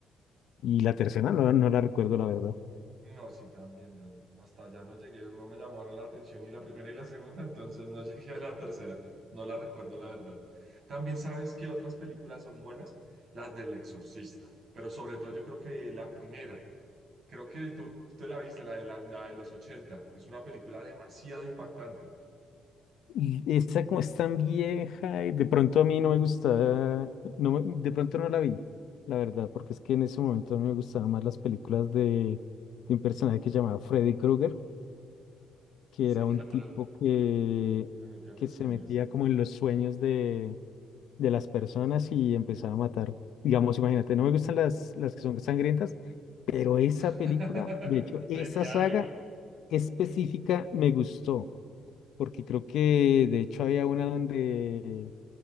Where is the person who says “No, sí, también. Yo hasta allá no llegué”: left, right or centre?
Right